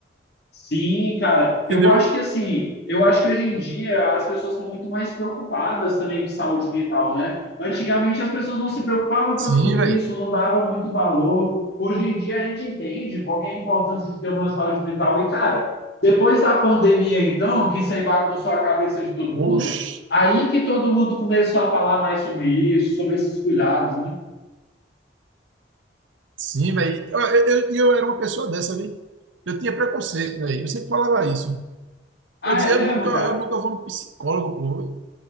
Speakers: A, on the left; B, on the right.
A: Sim, cara, eu
B: Entendeu?
A: acho que assim, eu acho que hoje em dia as pessoas estão muito mais preocupadas também com saúde mental, né? Antigamente as pessoas não se preocupavam
B: Sim,
A: tanto com isso,
B: velho.
A: não dava muito valor. Hoje em dia a gente entende qual que é a importância de ter uma saúde mental. E, cara, depois da pandemia, então, que isso aí bagunçou a cabeça de todo mundo,
B: Oxe.
A: aí que todo mundo começou a falar mais sobre isso, sobre esses cuidados, né?
B: Sim, velho. Eu, eu, eu era uma pessoa dessa, viu? Eu tinha preconceito, velho. Eu sempre falava isso.
A: Ah,
B: Eu dizia,
A: é mesmo,
B: eu nunca, eu
A: cara?
B: nunca vou no psicólogo, pô.